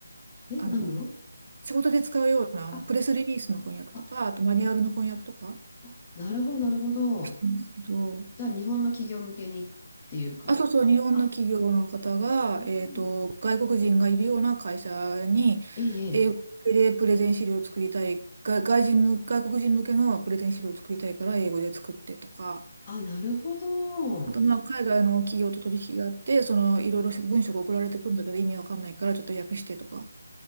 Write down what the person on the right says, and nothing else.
あの、
仕事で使うようなあのプレスリリースの翻訳とか、
あとマニュアルの翻訳とか
してるんですけど、
あ、そうそう、日本の企業の方が、
えっと、外国人がいるような会社に、
英語でプレゼン資料を作りたい、
が外人向、外国人向けのプレゼン資料を作りたいから英語で作ってとか、
あと、まあ、海外の企業と取引があって、その、いろいろ文章が送られてくるんだけど、意味わかんないから、ちょっと訳してとか、